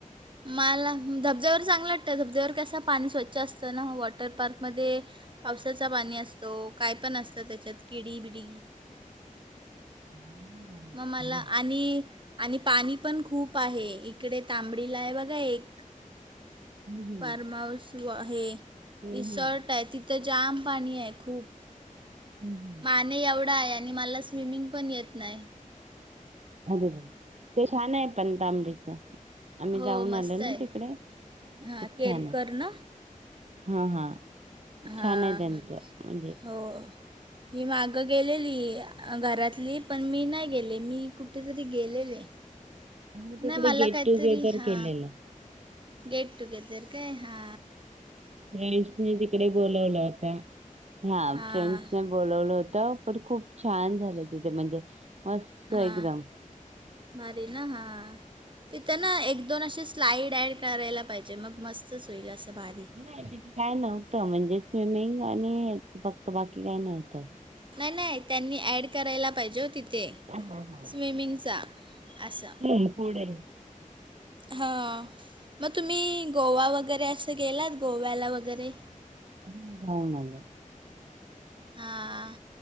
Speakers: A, on the right; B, on the right.
A: माला धबधब्यावर वर चांगलं वाटतं धबधब्यावर कसं पाणी स्वच्छ असतं ना वॉटरपार्कमध्ये पावसाचं पाणी असतो काय पण असतं त्याच्यात किडी बिडी
B: हम्म
A: मग मला आणि आणि पाणी पण खूप आहे इकडे तांबडीला आहे. बघा एक
B: हम्म.
A: फार्महऊस व हे
B: हम्म
A: रिसॉर्ट
B: हम्म.
A: आहे ती ते जाम पाणी आहे खूप
B: हम हम
A: मी एवढा आहे आणि मला स्विमिंग पण येत नाय
B: अरे रे ते छान आहे पण तांबडीच आम्ही
A: हो
B: जाऊन
A: मस्त
B: आलो
A: आहे
B: ना तिकडे
A: हां
B: खूप
A: केरकर
B: छान आहे
A: ना
B: हा हा
A: हा...
B: छान आहे त्यांचं म्हणजे
A: हो ही मागं गेलेली घरातली पण मी नाही गेले मी कुठेतरी गेलेले.
B: आम्ही
A: नाही
B: तिकडे
A: मला
B: गेट
A: काहीतरी
B: टुगेदर
A: हा
B: केलेलं.
A: गेट टुगेदर काय हा
B: फ्रेंडसनी तिकडे बोलवला होता हा
A: हां
B: फ्रेंडसने बोलवलं होत पण खूप छान झालं तिथे म्हणजे मस्त
A: हा
B: एकदम.
A: मारी ना हा तिथं ना एक दोन असे स्लाईड ॲड करायला पाहिजे मग मस्तच होईल असं भारी
B: काय नव्हतं म्हणजे स्विमिंग आणि फक्त बाकी काय नव्हतंच.
A: नाय नाय त्यांनी ॲड करायला पाहिजे हो तिथे
B: हा हा हा
A: स्विमिंगचा असं...
B: हम्म पुढे
A: हा मग तुम्ही गोवा वगैरे असं गेलात गोव्याला वगैरे
B: हो जाऊन आलो
A: हा